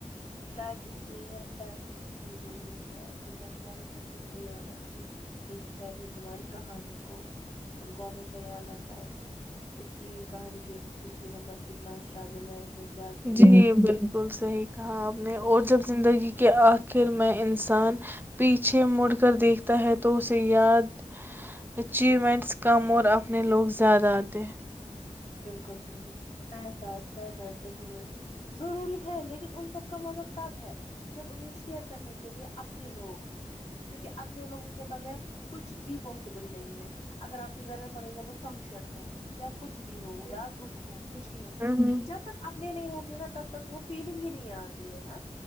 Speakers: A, on the left (about 55°); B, on the right (about 15°).
A: شاید اس لیے فیملی اتنی ضروری ہے دنیا تمہاری سکسیس کو یاد رکھتی ہے لیکن فیملی تمہاری کہانی کو ان کو ہمیشہ یاد رکھتا ہے کہ اس کی کہانی کے پیچھے مطلب کتنا اسٹرگل ہے اس نے کیا
B: جی
A: کیا
B: بالکل صحی کہا آپ نے اور جب زگی زندگی کے آخر میں انسان پیچھے مڑ کر دیکھتا ہے تو اسے یاد اچیومنٹس کم اور اپنے لوگ زیادہ آتے
A: ہاں بالکل صحی پیسے اسٹیٹس اچنٹ ضروری ہے لیکن ان سب کا مزہب تب ہے جب انہیں شیئر کرنے کے لیے اپنے لوگ ہو کیونکہ اپنے لوگوں کے بغیر کچھ بھی پاسبل نہیں ہے اگر آپ کے گھر میں ف ایگزامپل فنکشن ہو یا کچھ کچھ بھی ہو یا دکھ ہو خوشی ہو
B: ہوں
A: جب تک اپنے نہیں ہوں گے نا تب تک وہ فیلنگ ہی نہیں نہیں آتی ہے نا